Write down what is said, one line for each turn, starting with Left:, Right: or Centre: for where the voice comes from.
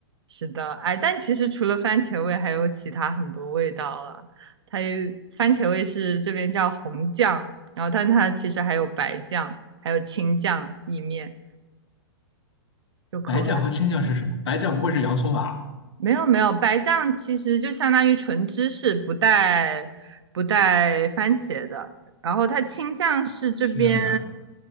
Right: 是的，哎，但其实除了番茄味，还有其他很多味道了。它有番茄味是这边叫红酱，然后但它其实还有白酱，还有青酱意面，就口味。
Left: 白酱和青酱是什么？白酱不会是洋葱吧？
Right: 没有没有，白酱其实就相当于纯芝士，不带不带番茄的。然后它青酱是这边
Left: 天呐，